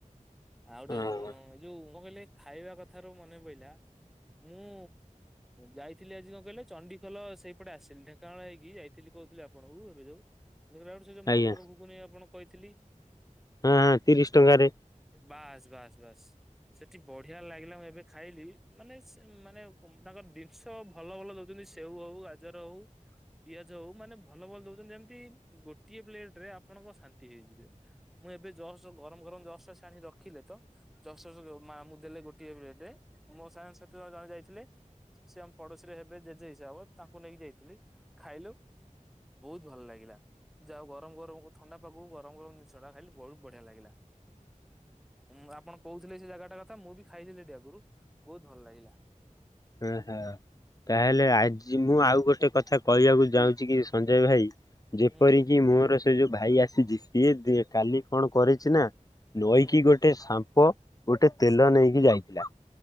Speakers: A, in the centre; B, on the left (about 25°).
A: ଆଉ ଗୋଟେ
B: ହଁ
A: ଉଁ,
B: ହଁ
A: ଯୋଉ ମୁଁ କହିଲି ଖାଇବା କଥାରୁ ମନେ ପାଇଲା। ମୁଁ ଯାଇଥିଲି ଆଜି କଣ କହିଲେ ଚଣ୍ଡିଖଲ ସେଇପଟେ ଆସିଲି। ଢେଙ୍କାଳ ହେଇକି ଯାଇଥିଲି। କହୁଥିଲ ଆପଣଙ୍କୁ ଏବେ ଯୋଉ। ଦେଖିଲାବେଳକୁ ସେ ଯୋଉ
B: ଆଜ୍ଞା
A: ମଟର ଘୁଗୁନି ଆପଣଙ୍କୁ କହିଥିଲି।
B: ହଁ ତିରିଶ ଟଙ୍କାରେ।
A: ବାସ୍, ବାସ୍, ବାସ୍। ସେଠି ବଢିଆ ଲାଗିଲା ମୁଁ ଏବେ ଖାଇଲି। ମାନେ ମାନେ। ତାଙ୍କର ଜିନିଷ ଭଲ ଭଲ ଦଉଛନ୍ତି। ସେଉ ହଉ, ଗାଜର ହଉ, ପିଆଜ ହଉ, ମାନେ ଭଲ ଭଲ ଦଉଛନ୍ତି ଯେମିତି ଗୋଟିଏ ପ୍ଲେଟ ରେ ଆପଣଙ୍କ ଶାନ୍ତି ହେଇଯିବେ। ମୁଁ ଏବେ ଜରା ଗରମ ଗରମ ଜସ ଟା ଛାଣି ରଖିଲେ। ତ ଦଶ ଚକ, ମାମୁଁ ଦେଲେ ଗୋଟିଏ ପ୍ଲେଟ୍ ରେ, ମୋ ସାଙ୍ଗ ସହିତ ଜଣେ ଯାଇଥିଲେ। ସେ ଆମ ପଡୋଶୀରେ ହେବେ ଜେଜେ ହିସାବ ତାଙ୍କୁ ନେଇକି ଯାଇଥିଲି ଖାଇଲୁ। ବହୁତ ଭଲ ଲାଗିଲା। ଯାଉ ଗରମ ଗରମ କୁ ଥଣ୍ଡା ପାଗକୁ, ଗରମ ଗରମ ଜିନିଷଟା ଖାଇଲି ବହୁତ ବଢିଆ ଲାଗିଲା। ହୁଁ ଆପଣ କହୁଥିଲେ ସେ ଜାଗା ଟା କଥା ମୁଁ ବି ଖାଇଲି ସେଠି ଆଗରୁ ବହୁତ ଭଲ ଲାଗିଲା।
B: ହୁଁ ହୁଁ। ତାହେଲେ ଆଜି ମୁଁ ଆଉ ଗୋଟେ କଥା କହିବାକୁ ଯାଉଛି କି ସଞ୍ଜୟ ଭାଇ। ଯେପରିକି
A: ହୁଁ
B: ମୋର ସେ ଯୋଉ ଭାଇ ଆସିଛି ସିଏ ଦି କାଲି କଣ କରିଛି ନା। ନଈକି
A: ହୁଁ
B: ଗୋଟେ ସାମ୍ପ ଗୋଟେ ତେଲ ନେଇକି ଯାଇଥିଲା।